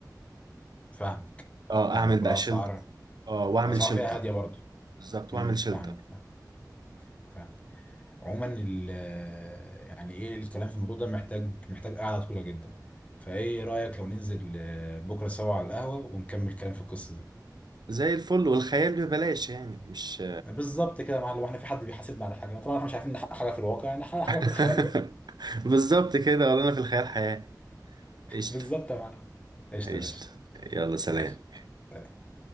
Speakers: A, on the left; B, on the right.
A: فاهمك
B: اه
A: فاهمك
B: اعمل بقى
A: والأسعار
B: شلتر اه واعمل
A: الأسعار
B: شلتر
A: فيها هادية برضه
B: بالظبط
A: امم
B: واعمل شلتر
A: فاهمك فاهمك فاهمك عموما ال يعني ايه الكلام في الموضوع ده محتاج محتاج قعدة طويلة جدا فايه رأيك لو ننزل آه، بكرة سوا على القهوة ونكمل الكلام في القصة دي
B: زي الفل والخيال ببلاش يعني مش
A: بالظبط كده يا معلم واحنا في حد بيحاسبنا على حاجة طبعا احنا مش عارفين نحقق حاجة في الواقع نحقق حاجة
B: <laughs>
A: في الخيال بقى
B: بالظبط كده ولا انا في الخيال حياه قشطه
A: بالظبط يا معلم قشطة
B: قشطه
A: يا باشا
B: يلا سلام
A: ماشي سلام